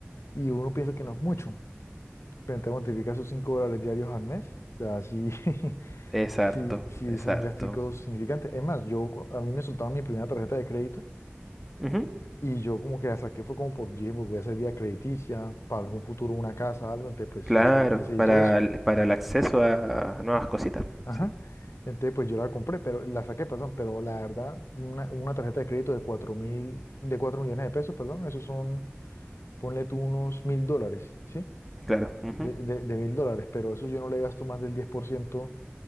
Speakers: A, on the left; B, in the centre.
A: y uno piensa que no es mucho, pero entonces multiplica esos 5 dólares diarios al mes. O sea, sí, <laughs>
B: Es harto,
A: sí, sí
B: es
A: son
B: harto.
A: gasticos significantes. Es más, yo, cu- a mí me soltaban mi primera tarjeta de crédito,
B: Ujú,
A: y yo como que la saqué, fue como por, dije, pues voy a hacer vía crediticia, para algún futuro una casa, algo, entonces
B: Claro,
A: pues nece- necesito
B: para,
A: eso.
B: el- para el acceso a nuevas cositas,
A: Ajá.
B: sí,
A: Entonces, pues yo la compré, pero la saqué, perdón, pero la verdad, una, una tarjeta de crédito de 4 mil, de cuatro millones de pesos, perdón, esos son, ponle tú unos mil dólares, ¿sí?
B: claro, ujú,
A: De, de, de mil dólares, pero eso yo no le gasto más del 10%